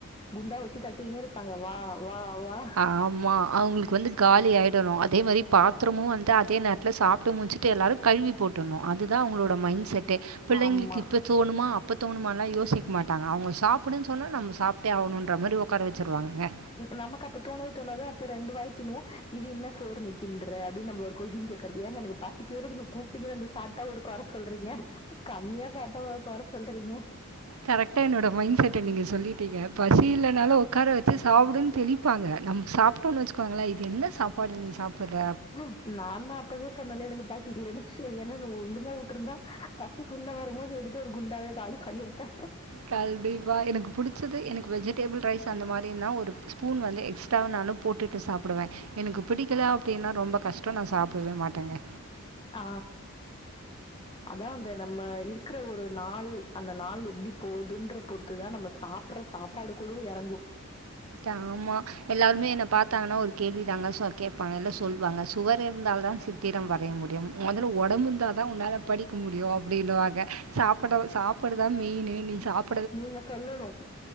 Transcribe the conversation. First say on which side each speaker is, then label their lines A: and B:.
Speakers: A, on the left; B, on the right.
A: குண்டா வச்சு தட்டினே இருப்பாங்க வா வா வா
B: ஆமா அவுங்களுக்கு வந்து காலி ஆயிடணு அதே மாரி பாத்ரமு வந்து அதே நேரத்துல சாப்ட்டு முச்சு ட்டு எல்லாரு கழுவி போட்றணு அதுதா அவுங்களோட மைண்ட் செட்டே பிள்ளைங்ளுக்கு
A: ஆமா.
B: இப்ப தோணுமா அப்ப தோணுமாலா யோசிக்கமாட்டங்க அவுங்க சாப்டுன்னு சொன்னா நம்ம சாப் ட்டே ஆவுனுன்ற மாரி ஒட்கார வச்சிருவாங்கங்க
A: நமக்கு அப்ப தோணவே தோணாது அப்ப ரெண்டு வாய் திண்ணுவோ இது என்ன சோர் நீ தின்ற அப்டின்னு நம்மள ஒரு கொஸ்டின் கேக்றது ஏங்க எனக்கு பசிக்கவே இல்ல நீங்க கூப்டிங்கன் வந்து சாப்டா கொற சொல்றீங்க கம்மியா சாப்ட்டா ஒரு கொற சொல்றீங்க
B: கரெக்டா என்னோட மைண்ட் செட்ட நீங்க சொல்லிட்டீங்க பசி இல்லனாலு ஒக்கார வச் ச்சி சாப்டுன்னு தெளிப்பாங்க நம்ம சாப்ட்டோன்னு வச்சுக்கோங்களே இது என்ன சாப்பாடு நீ சாப்புட்ற
A: ம் நான்தா அப் ப்பவே சொன்னல எனக்கு பசிக்லனு ஏனா நீ ஒழுங்கா உட்டுருந்தா பசி ஃபுல்லா வரும்போது எடுத்து ஒரு குண்டாவே காலி பண்ணிருப்ப
B: கண்டிப்பா எனக்கு புடிச்சது எனக்கு வெஜிடேபிள் ரைஸ் அந்த மாரின்னா ஒரு ஸ்பூன் வந்து எக்ஸ்ட்ரா நானு போட்டுட்டு சாப்டுவே எனக்கு பிடிக்கல அப்டின்னா ரொம்ப கஷ்ட நா சாப்டவே மாட்டேங்க
A: ஆ அதா அந்த நம்ம இருக்கிற ஒரு நாள் அந்த நாள் எப்டி போதுன்ற பொறுத்துதா நம்ம சாப் ப்புற சாப்பாடு கூட எறங்கு
B: ஆமா எல்லாருமே என்ன பாத்தாங்கன்னா ஒரு கேள்வி தாங்க ச கேட்பாங்க இல்ல சொல்வாங்க சுவர் இருந்தால்தா சித் திரம் வரைய முடியும் மொதல்ல ஒடம்பு இருந்தாதா ஒன்னால படிக்க முடியு அப்டின்னுவாங்க சாப்ட சாப்டதா மெயினு நீ சாப்
A: நீங்க சொல்லணு